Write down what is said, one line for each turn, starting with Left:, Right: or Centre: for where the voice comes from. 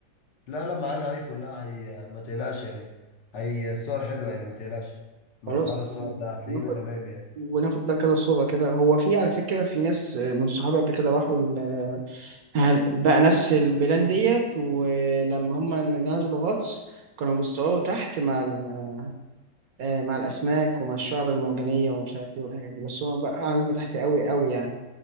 Left: لا لا معانا ايفون لا هي ما تقلقش يعني هي الصور حلوة يعني ما تقلقش من
Right: خلاص
Left: حوار الصور ده هتلاقينا
Right: ناخد
Left: تمام يعني
Right: وناخد ده كده صورة كده هو في على فكرة في ناس من صحابي قبل كده راحوا ال- بقى نفس البلان ديت ولما هم نزلوا غطس كانوا بيصوروا تحت مع ال- آه، مع الأسماك ومع الشعب المرجانية ومش عارف ايه والحاجات دي بس هم بقى قعدوا تحت قوي قوي يعني